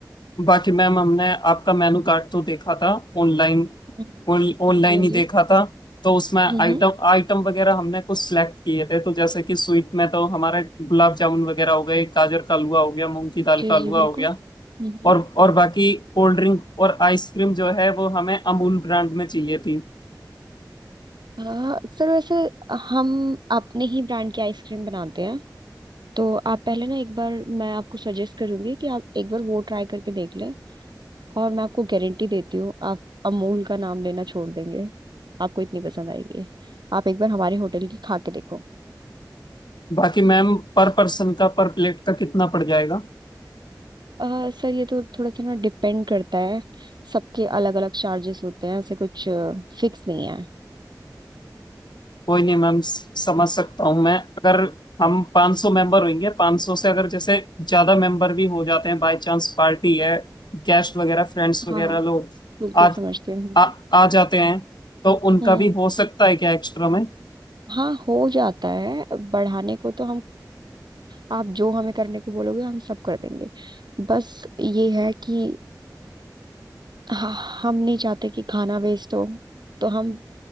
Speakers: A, on the left; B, on the right.
A: बाकी मैम हमने आपका मेनू कार्ड तो देखा था ऑनलाइन
B: हम्म हाँ
A: ऑनलाइन
B: जी हाँ
A: ही
B: जी
A: देखा था तो उसमें आइटम
B: हम्म
A: आइटम वगैरह हमने कुछ सिलेक्ट किए थे तो जैसे कि स्वीट में तो हमारे गुलाब जामुन वगैरह हो गए गाजर का हलवा हो गया मूंग की दाल
B: जी
A: का हलवा
B: जी बिल्कुल
A: हो गया
B: हम्म
A: और और बाकी कोल्ड ड्रिंक और आइसक्रीम जो है वो हमें अमूल ब्रांड में चाहिए थी
B: आ, सर वैसे हम अपने ही ब्रांड की आइसक्रीम बनाते हैं तो आप पहले ना एक बार मैं आपको सजेस्ट करूंगी कि आप एक बार वो ट्राई करके देख लें और मैं आपको गारंटी देती हूँ आप अमूल का नाम लेना छोड़ देंगे आपको इतनी पसंद आएगी आप एक बार हमारे होटल की खा के देखो
A: बाकी मैम पर पर्सन का पर प्लेट का कितना पड़ जाएगा
B: आ, सर ये तो थोड़ा सा ना डिपेंड करता है सबके अलग अलग चार्जेस होते हैं ऐसे कुछ फिक्स नहीं है
A: कोई नहीं मैम स- समझ सकता हूँ मैं अगर हम 500 मेंबर होंगे 500 से अगर जैसे ज्यादा मेंबर भी हो जाते हैं बाय चांस पार्टी है गेस्ट वगैरह फ्रेंड्स वगैरह
B: हाँ हाँ
A: लोग
B: बिल्कुल
A: आ,
B: समझती हूँ
A: आ, आ जाते हैं तो उनका
B: हम्म
A: भी हो सकता है क्या एक्स्ट्रा में
B: हाँ हो जाता है बढ़ाने को तो हम आप जो हमें करने को बोलोगे हम सब कर देंगे बस ये है कि हाँ, हम नहीं चाहते कि खाना वेस्ट हो तो हम